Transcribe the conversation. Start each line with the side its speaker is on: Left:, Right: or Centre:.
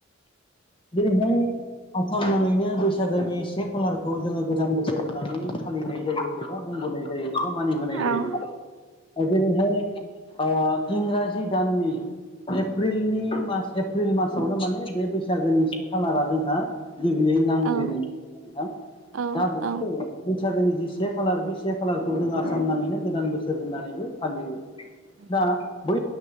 Left: जेरैहाय आसाम नाङैनो बैसागोनि से खालारखौ जोङो गोदान बोसोर होननानै फालिनाय जायो एबा बुंबोनाय जायो एबा मानिबोनाय
Right: औ
Left: जायो ओजोंहाय ओ इंराजि दान्नि एप्रिलनि मास एप्रिल मासावनो माने बे बैसागोनि से खालारा जोंहा गिबियै नांजेनो
Right: औ
Left: ना नोंथां
Right: औ
Left: दा बे बैसागोनि जि से खालार बे से खालारखौ जोंङो आसाम नाङैनो गोदान बोसोर होननानैबो फालियो
Right: <unintelligible>
Left: दा बै